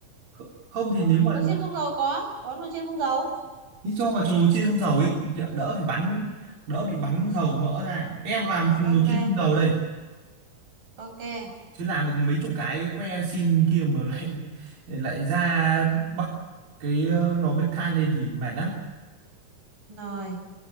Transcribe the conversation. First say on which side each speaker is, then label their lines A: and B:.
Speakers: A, on the right; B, on the right.
A: không không thì
B: Ờ,
A: nếu mà
B: nồi chiên không dầu có, có nồi chiên không dầu.
A: thì cho vào lò chiên không dầu ấy thì đỡ phải bắn
B: Ừ.
A: đỡ bị bắn dầu mỡ ra em làm nồi
B: Ok,
A: chiên không dầu đây
B: ok.
A: chứ làm được mấy chục cái que xin kia mà <laughs> lại lại ra bắc cái ờ, lò bếp than lên thì mệt lắm
B: Rồi,